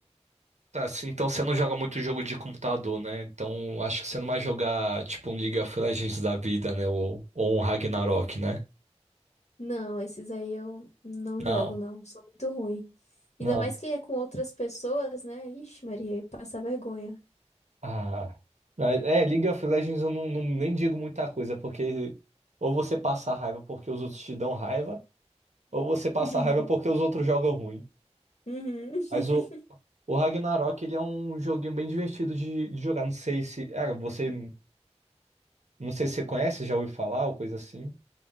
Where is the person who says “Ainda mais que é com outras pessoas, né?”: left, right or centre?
Left